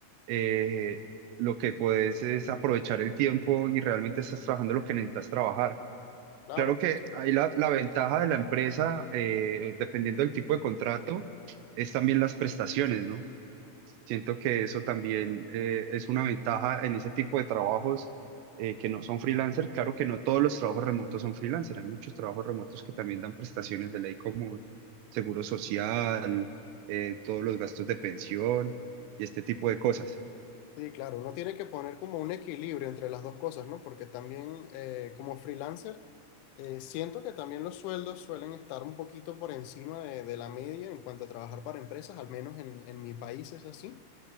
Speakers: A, on the right; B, on the left.
A: eh, lo que puedes es aprovechar el tiempo y realmente estás trabajando lo que necesitas trabajar.
B: claro,
A: Claro
B: claro,
A: que
B: sí,
A: ahí la, la ventaja de la empresa, eh, dependiendo del tipo de contrato, es también las prestaciones, ¿no? Siento que eso también eh, es una ventaja en ese tipo de trabajos eh, que no son freelancer. Claro que no todos los trabajos remotos son freelancer. Hay muchos trabajos remotos que también dan prestaciones de ley como seguro social, eh, todos los gastos de pensión y este tipo de cosas.
B: sí, claro, uno tiene que poner como un equilibrio entre las dos cosas, ¿no? Porque también eh, como freelancer eh, siento que también los sueldos suelen estar un poquito por encima de, de la media en cuanto a trabajar para empresas, al menos en, en mi país es así.